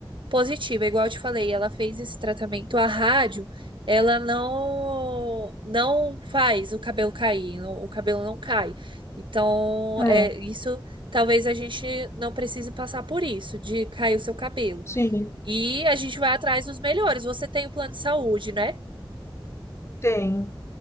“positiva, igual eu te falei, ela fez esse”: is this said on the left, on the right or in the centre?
Right